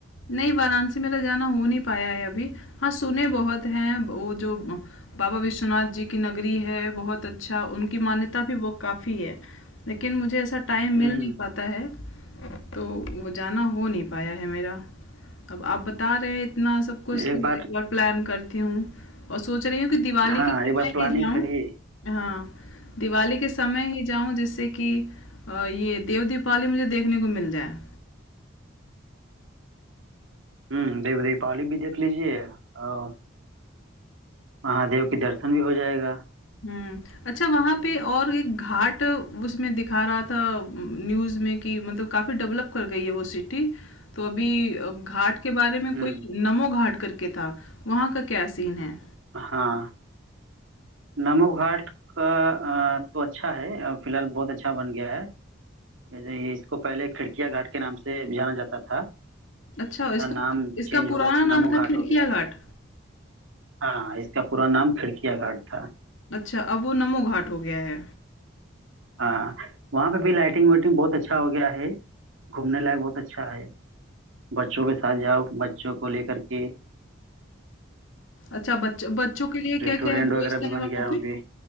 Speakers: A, on the left (about 75°); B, on the right (about 80°).
A: नहीं वाराणसी मेरा जाना हो नहीं पाया है अभी हाँ सुने बहुत हैं वो जो बाबा विश्वनाथ जी की नगरी है बहुत अच्छा उनकी मान्यता भी वो काफ़ी है लेकिन मुझे ऐसा टाइम
B: हम्म
A: मिल नहीं पाता है तो वो जाना हो नहीं पाया है मेरा अब आप बता रहे हैं इतना सब कुछ
B: एक
A: तो
B: बार
A: एक बार प्लान करती हूँ और सोच रही हूँ कि दिवाली
B: हाँ
A: के समय
B: एक बार प्लानिंग
A: ही जाऊँ
B: करिए
A: हाँ दिवाली के समय ही जाऊँ जिससे कि अ, ये देव दीपावली मुझे देखने को मिल जाए
B: हम्म देव दीपावली भी देख लीजिए और महादेव के दर्शन भी हो जाएगा
A: हुँ। अच्छा वहाँ पे और एक घाट उसमें दिखा रहा था न्यूज़ में कि मतलब काफ़ी डेवलप कर गई है वो सिटी। तो अभी अ, घाट के बारे में
B: हम्म
A: कोई नमो घाट करके था, वहाँ का क्या सीन है?
B: हाँ नमो घाट का अ, तो अच्छा है अ, फिलहाल बहुत अच्छा बन गया है जैसे ये इसको पहले खिड़किया घाट के नाम से जाना जाता था
A: अच्छा
B: इसका
A: इसका
B: नाम
A: इसका
B: चेंज
A: पुराना
B: होकर के
A: नाम
B: नमो
A: था
B: घाट
A: खिड़किया
B: हो गया है
A: घाट?
B: हाँ इसका पूरा नाम खिड़किया घाट था
A: अच्छा, अब वो नमो घाट हो गया है।
B: हाँ वहाँ पे भी लाइटिंग वाइटिंग बहुत अच्छा हो गया है घूमने लायक बहुत अच्छा है बच्चों के साथ जाओ बच्चों को लेकर के
A: अच्छा बच्च बच्चों के लिए
B: रेस्टोरेंट
A: क्या-क्या है व्यवस्था
B: वगैरह भी
A: है
B: बन
A: वहाँ
B: गया है
A: पे?
B: वहाँ पे